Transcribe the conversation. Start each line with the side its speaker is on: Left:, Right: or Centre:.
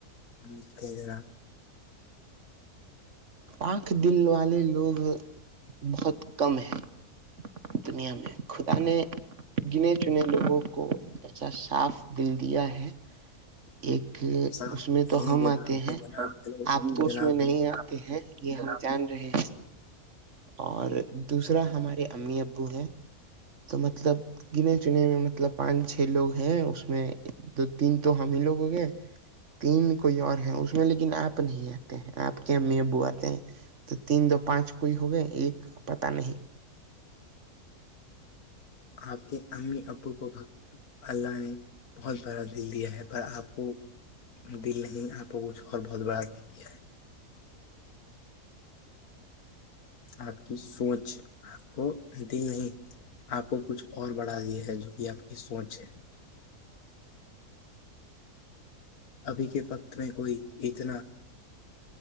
Left: ملتے ہیں جناب
Right: پاک دل والے لوگ بہت کم ہیں دنیا میں خدا نے گنے چنے لوگوں کو جسا صاف بلندیا ہے ایک
Left: صاف
Right: اس میں
Left: نہیں
Right: تو ہم
Left: جناب
Right: آتے
Left: جی
Right: ہیں
Left: جناب چلو
Right: آپ تو
Left: جناب
Right: اس میں نہیں آتے ہیں یہ ہم جان رہے ہیں اور دوسرا ہمارے امی ابو ہیں تو مطلب گنے چنے میں مطلب پانچ چھ لوگ ہیں اس میں دو تین تو ہم ہی لوگ ہو گئے تین کوئی اور ہے اس میں لیکن آپ نہیں آتے ہیں آپ کے امی ابو آتے ہیں تو تین دو پانچ کوئی ہو گئے ایک پتا نہیں
Left: آپ کے امی ابو کو اللہ نے بہت بڑا دل دیا ہے پر آپ کو دل نہیں آپ کو کچھ اور بہت بڑا دے دیا ہے آپ کی سوچ آپ کو د نہیں آپ کو کچھ اور بڑھا دیا ہے جو کہ آپ کی سوچ ہے ابھی کے وقت میں کوئی اتنا